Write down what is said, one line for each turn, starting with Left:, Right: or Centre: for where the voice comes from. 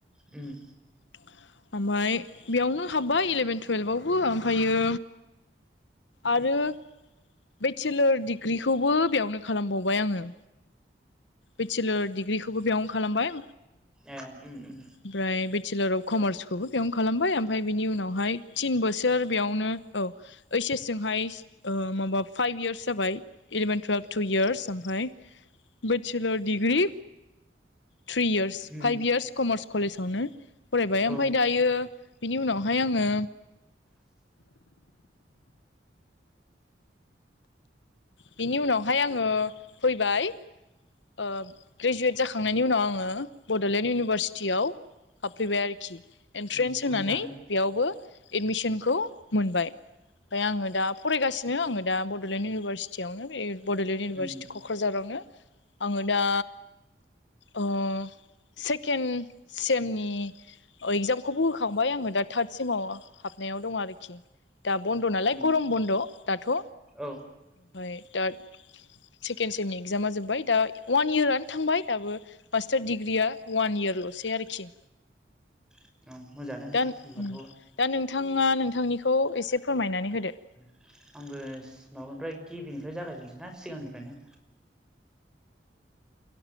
Centre: उम।
Left: <inaudible> ओमफाय बेयावनो हाब्बाय इलेभेन टुयेल्भावबो ओमफायो आरो बेचलार डिग्रिखौबो बेयावनो खालामबावबाय आङो। बेचलार डिग्रिखौबो बेयावनो खालामबाय।
Centre: ए उम उम।
Left: ओमफ्राय बेचलार अफ कमार्सखौबो बेयावनो खालामबाय ओमफाय बिनि उनावहाय थिन बोसोर बेयावनो औ। ओइस एस जोंहाय ओ माबाब फाइभ यार्स जाबाय इलेभेन टुयेल्भ टु इयार्स ओमफाय bachelor degree three years
Centre: um
Left: five years commerce कलेजावनो फरायबाय ओमफाय
Centre: औ
Left: दायो बिनि उनावहाय आङो बिनि उनावहाय आङो फैबाय ओ ग्रेजुवेट जाखांनायनि उनाव आङो बड'लेण्ड इउनिभारसिटियाव हाबफैबाय आरोखि
Centre: उम
Left: एन्ट्रेन्स होनानै
Centre: मोजाङानो
Left: बेयावबो एडमिसनखौ मोनबाय। ओमफाय आङो दा फरायगासिनो आङो दा बडलेण्ड इउनिभारसिटियावनो बे बड'लेण्ड इउनिभारसिटि
Centre: उम
Left: ख क'क्राझारावनो आङो दा ओ सेकेन्ड सेमनि इगजामखौबो होखांबाय आङो दा थार्द सिमाव हाबनायाव दं आरोखि। दा बन्द' नालाय
Centre: उम
Left: गरम बन्द' दाथ'।
Centre: औ।
Left: ओमफ्राय दा सेकेन्ड सेमनि इक्जामा जोब्बाय दा अवान इयारानो थांबाय दाबो। मास्टार डिग्रिया अवान इयारल'सै आरोखि।
Centre: औ मोजाङानो नोंथां
Left: दा दा
Centre: होनब्लाथ'
Left: नोंथाङा नोंथांनिखौ एसे फोरमायनानै होदो।
Centre: <inaudible> आंबो माबानिफ्राय गिबिनिफ्राय जागायजेनसै ना सिगांनिफ्रायनो।